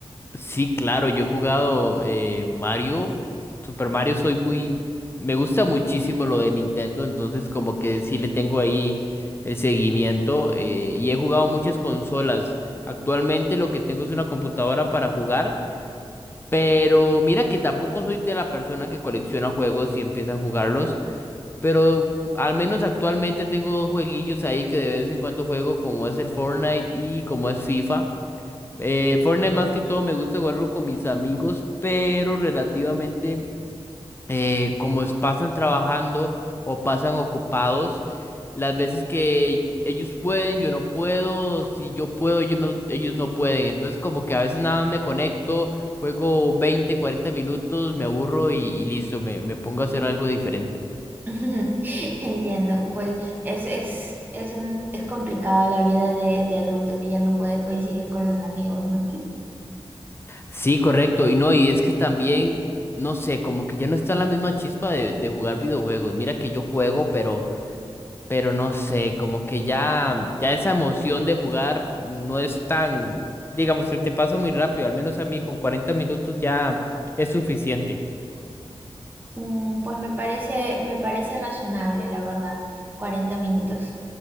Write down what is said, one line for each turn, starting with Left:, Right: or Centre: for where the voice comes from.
Left: Sí, claro, yo he jugado eh, Mario, Super Mario, soy muy, me gusta muchísimo lo de Nintendo, entonces como que sí le tengo ahí el seguimiento eh, y he jugado muchas consolas. Actualmente lo que tengo es una computadora para jugar, pero mira que tampoco soy de la persona que colecciona juegos y empieza a jugarlos, pero al menos actualmente tengo dos jueguillos ahí que de vez en cuando juego, como es el Fortnite y como es FIFA. Eh, Fortnite más que todo me gusta jugarlo con mis amigos, pero relativamente eh, como es- pasan trabajando o pasan ocupados, las veces que ellos pueden, yo no puedo, si yo puedo, ellos no, ellos no pueden. Entonces como que a veces nada más me conecto, juego 20 40 minutos, me aburro y, y listo, me, me pongo a hacer algo diferente.
Right: <laughs> Entiendo, pues es, es, es un, es complicado la vida de, de adulto que ya no puede coincidir con los amigos, ¿no?
Left: Sí, correcto, y no, y es que también, no sé, como que ya no está la misma chispa de, de jugar videojuegos. Mira que yo juego, pero... pero no sé, como que ya, ya esa emoción de jugar no es tan, digamos, se te pasa muy rápido, al menos a mí con 40 minutos ya es suficiente.
Right: Mm, Pues me parece, me parece razonable, la verdad, 40 minutos.